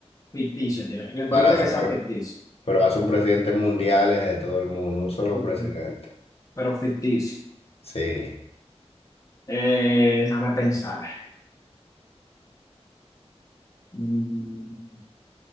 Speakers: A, on the left; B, on the left.
A: ficticio, tiene. Lo importante
B: Para hacer,
A: es que sea
B: pero,
A: ficticio,
B: pero vas a un presidente mundial es de todo el mundo, un solo
A: Ujú.
B: presidente.
A: pero ficticio.
B: Sí,
A: Eh, déjame pensar. Mm,